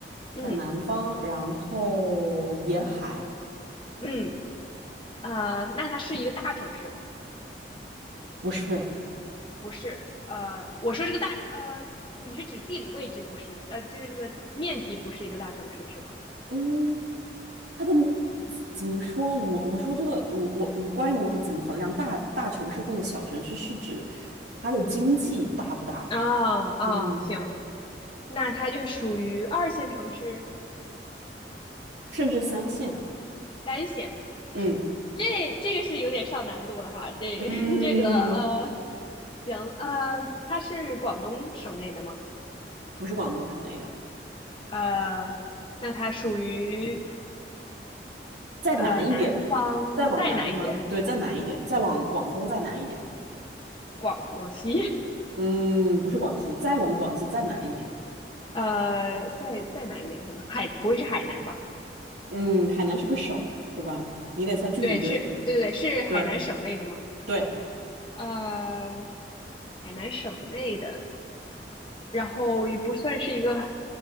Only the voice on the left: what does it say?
嗯
嗯，呃，那它是一个大城市吗？
不是。呃，我说这个大城，呃，你是指地理位置不是？呃，就是这个面积不是一个大城市是吗？
啊啊，
行，那它就属于二线城市、
三线。
这这个是有点上难度了哈，这
<laughs> 这个呃，行呃，它是广东省内的吗？
呃，那它属于
呃南方再南一点，
广广西，
<laughs> 呃，再再南一点是什么？海不会是海南吧？
对，是，对对对，是海南省内的吗？
呃，海南省内的，然后也不算是一个